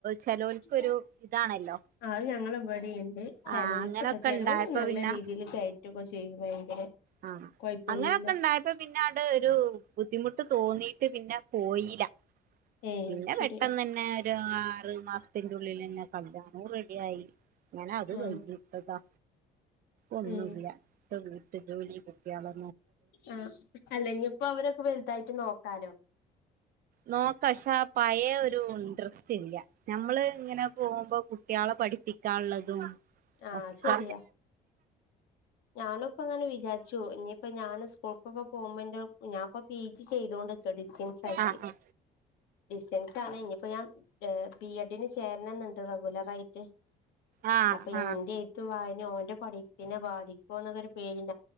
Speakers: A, on the right; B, on the left.
A: ചെലോൽക്ക് ഒരു
B: ആ
A: ഇതാണല്ലോ
B: അത് ഞങ്ങളെ ഇവിടെയുണ്ട് ചെലോൽക്ക്ട്ടോ
A: ആ അങ്ങനൊക്കെ
B: ചെലോല്
A: ഇണ്ടായപ്പോ
B: നല്ല
A: പിന്നെ
B: രീതിയിൽ കയറ്റൊക്കെ ചെയ്യും ഭയങ്കര
A: ആ
B: കൊഴപ്പൊന്നുല്ല
A: അങ്ങനെയൊക്കെണ്ടായപ്പോ പിന്നെ ഒരു ബുദ്ധിമുട്ട് തോന്നീട്ട് പിന്നെ പോയില്ല
B: ഏ
A: പിന്നെ
B: ശരി
A: പെട്ടെന്ന തന്നെ ഒരു ആറു മാസ ഇതിന്റുള്ളിൽ നിന്ന കല്യാണോം റെഡിയായി ഞാനാ അത്
B: ആ
A: കഴ്കിട്ടതാ ഒന്നുല്ല്യ
B: ഉം
A: വീട്ട് ജോലി കുട്ടിയാളെ
B: ആഹ അല്ലെങ്കി ഇപ്പൊ അവരൊക്കെ വലുതായിട്ട് നോക്കാം വക്കാലോ
A: നോക്കാം പക്ഷെ ആ പഴയ ഒരു ഇൻട്രസ്റ്റ് ഇല്ല ഞമ്മൾ ഇങ്ങനെ പോകുമ്പോ കുട്ടികളെ പഠിപ്പിക്കാള്ളതും
B: ആ
A: ഒക്കെ
B: ശരിയാ ഞാനിപ്പ അങ്ങനെ വിചാരിച്ചു ഇനിയിപ്പ ഞാൻ സ്കൂൾക്കൊക്കെ ഫോമെന്റോ ഞാൻ ഇപ്പം പി ജി ചെയ്തൊണ്ട്ക്കാണ് ഡിസ്റ്റൻസ് ആയിട്ട്
A: ആഹ് ആഹ്
B: ഡിസ്റ്റൻസ് ആണ് ഇനിപ്പോ ഞാൻ ബി എഡിന് ചേരണന്നുണ്ട് ലറായിട്ട്
A: ആഹ്
B: അപ്പൊ എന്റെത്ത്
A: ആഹ്
B: എയ്ത്തും വായനയും ഇനി ഓൻ്റേ പഠിപ്പിനെ ബാധിക്കും പോകുന്നൊെരു <unintelligible>